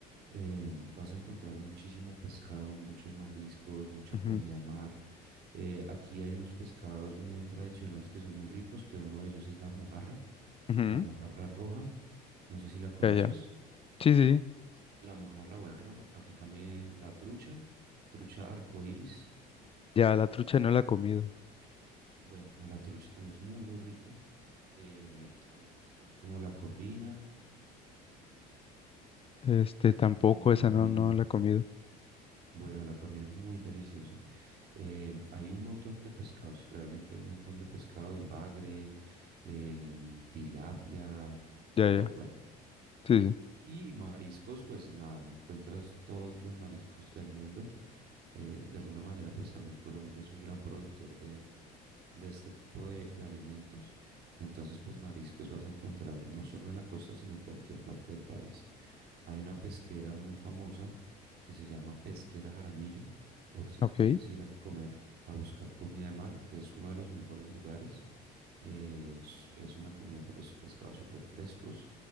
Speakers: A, on the right (about 55°); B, on the left (about 30°).
A: eh, vas a encontrar muchísimo pescado, muchos mariscos, mucha
B: Ujú,
A: comida de mar. Eh, aquí hay unos pescados muy tradicionales que son muy ricos, que uno de ellos es la mojarra,
B: ujú,
A: la mojarra roja. No sé si la conoces.
B: Ya, ya. Sí, sí, sí.
A: La mojarra, bueno, aquí también la trucha, trucha arcoíris.
B: Ya la trucha no la he comido.
A: Bueno, la trucha también es muy, muy rica. Em, hay pescados como la corvina,
B: Este,
A: no sé si ya
B: tampoco
A: han comido
B: esa
A: corvina.
B: no, no la he comido.
A: Bueno, la corvina es muy deliciosa. Em, hay un montón de pescados, realmente hay un montón de pescados, bagre, em, tilapia,
B: Ya,
A: eh,
B: ya.
A: bueno.
B: Sí, sí.
A: Y mariscos, pues nada, encuentras todos los mariscos del mundo. Eh, de alguna manera, pues también Colombia es un gran productor de, de este tipo de, de alimentos. Entonces, pues mariscos vas a encontrar no solo en la costa, sino en cualquier parte del país. Hay una pesquera muy famosa que se llama Pesquera Jaramillo, por si
B: Ok.
A: tú quieres ir a comer, a buscar comida de mar, es uno de los mejores lugares. Eh, es, es una comida, pues, pescados súper frescos